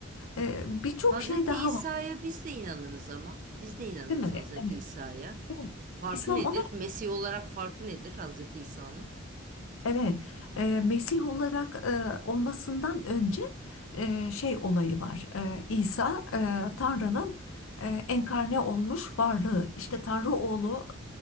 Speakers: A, on the left; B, on the right.
A: E, birçok
B: Hazreti
A: şey daha
B: İsa'ya
A: var,
B: biz de inanırız ama. Biz de inanırız
A: değil mi?
B: Hazreti
A: E, Evet.
B: İsa'ya.
A: Evet.
B: Farkı
A: İslam
B: nedir?
A: ona
B: Mesih olarak farkı nedir Hazreti İsa'nın?
A: Evet, e, Mesih olarak e, olmasından önce e, şey olayı var. E, İsa e, Tanrı'nın e, enkarne olmuş varlığı. İşte Tanrı oğlu